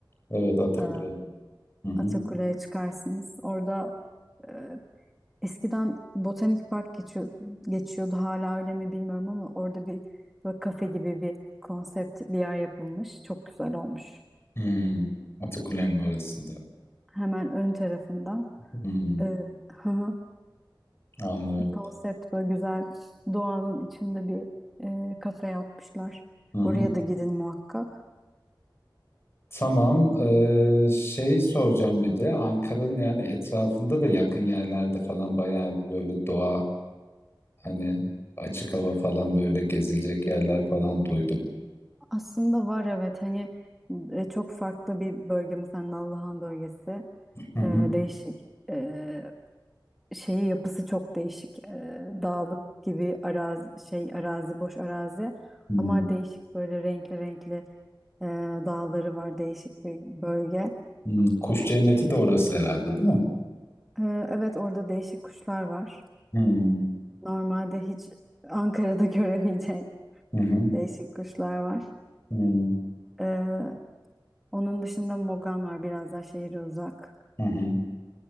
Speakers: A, on the left; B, in the centre.
A: Evet, Atakule.
B: Ee,
A: Hı hı.
B: Atakule'ye çıkarsınız. Orada e, eskiden Botanik Park geçiyor, geçiyordu hala öyle mi bilmiyorum ama orada bir böyle kafe gibi bir konsept bir yer yapılmış. Çok güzel olmuş.
A: Hmm. Atakule'nin orasında.
B: Hemen ön tarafında.
A: Hmm.
B: Ee, hı hı.
A: Anlıyorum.
B: bir konsept böyle güzel doğanın içinde bir e, kafe yapmışlar.
A: Hı hı.
B: Oraya da gidin muhakkak.
A: Tamam. Ee, şey soracağım bir de Ankara'nın yani etrafında da yakın yerlerde falan bayağı bir böyle doğa hani açık hava falan böyle gezilecek yerler falan duydum.
B: Aslında var evet hani e, çok farklı bir bölge mesela Nallıhan bölgesi
A: Hı hı.
B: Ee, değişik Ee, şeyi yapısı çok değişik Ee, dağlık gibi arazi şey arazi boş arazi
A: Hmm.
B: ama değişik böyle renkli renkli e, dağları var değişik bir bölge.
A: Hmm. Kuş cenneti de orası herhalde değil mi?
B: Ee, evet orada değişik kuşlar var.
A: Hmm.
B: Normalde hiç Ankara'da <laughs> göremeyeceğin
A: Hı hı.
B: değişik kuşlar var.
A: Hmm.
B: Ee, onun dışında Mogan var biraz daha şehre uzak.
A: Hı hı.